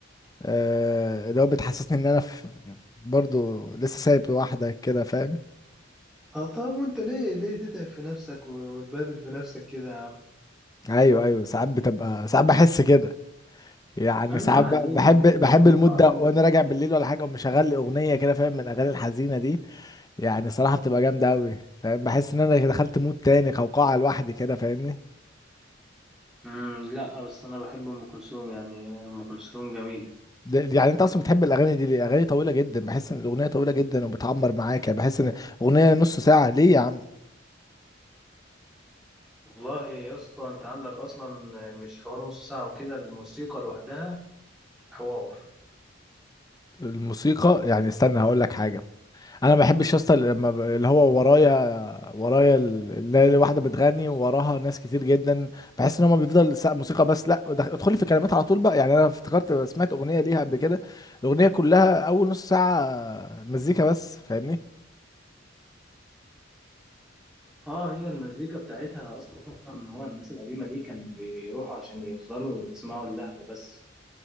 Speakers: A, on the left (about 20°); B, in the centre.
A: آه اللي هو بتحسسني ان انا في... برضو لسه سايب واحده كده فاهم
B: اه طب وانت ليه ليه تتعب في نفسك وتبهدل في نفسك كده يا عم
A: ايوه ايوه ساعات بتبقى ساعات بحس كده يعني
B: ايوه
A: ساعات
B: حزيني
A: ب... بحب
B: بقى
A: بحب
B: يتقطع
A: المود ده
B: قلبي
A: وانا
B: وبتاع
A: راجع بالليل ولا حاجه ومشغل لي اغنيه كده فاهم من الاغاني الحزينه دي يعني صراحه بتبقى جامده قوي فاهم بحس ان انا دخلت مود تاني قوقعه لوحدي كده فاهمني
B: امم لا بس انا بحب ام كلثوم يعني ام كلثوم جميله
A: ده- يعني انت اصلا بتحب الاغاني دي ليه اغاني طويله جدا بحس ان الاغنيه طويله جدا وبتعمر معاك يعني بحس ان اغنيه نص ساعه ليه يا عم
B: والله يا اسطى انت عندك اصلا مش حوار نص ساعة وكده الموسيقى لوحدها حوار
A: الموسيقى يعني استنى هقول لك حاجه انا ما بحبش يا اسطى لما ب- اللي هو ورايا ورايا ال- اللي هي واحده بتغني ووراها ناس كتير جدا بحس ان هم بيفضل سا- موسيقى بس لا ودخ- ادخلي في كلمات على طول بقى يعني انا افتكرت سمعت اغنيه ليها قبل كده الاغنيه كلها اول نص ساعه مزيكا بس فاهمني
B: اه هي المزيكا بتاعتها اصلا هو الناس القديمه دي كانوا بيروحوا عشان يفضلوا يسمعوا اللحن بس